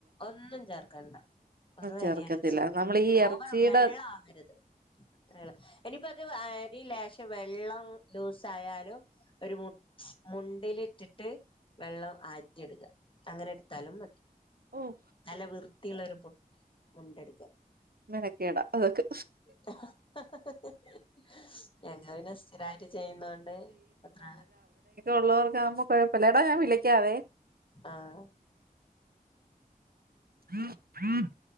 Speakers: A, on the left (about 35°); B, on the right (about 85°).
A: ഒന്നും ചേർക്കണ്ട വെറും
B: ചേർക്കത്തില്ല
A: അരി അരച്ചാ മതി
B: നമ്മൾ ഈ ഇറച്ചിയുടെ
A: ഓവർ വെള്ള ആവരുത് അത്രയുള്ള് ഇനിയിപ്പ അത് അരി ലേശം വെള്ളം ലൂസ ആയാലും ഒരു മുൺ മുണ്ടിലിട്ടിട്ട് വെള്ളം ആറ്റിഎടുക്ക അങ്ങനെ എടുത്താലും മതി
B: ഉം
A: നല്ല വൃത്തിയുള്ള ഒരു പൊ മുണ്ടെടുക്കുക
B: മെനക്കേടാ അതൊക്കെ
A: <unintelligible> ഞങ്ങ പിനെ സ്ഥിരായിട്ട് ചെയ്യുന്ന കൊണ്ട് അത്ര
B: ഉള്ളവർക്ക ആവുമ്പോ കുഴപ്പല്ല എടാ ഞാൻ വിളിക്കാവേ
A: ആഹ്
B: <unintelligible>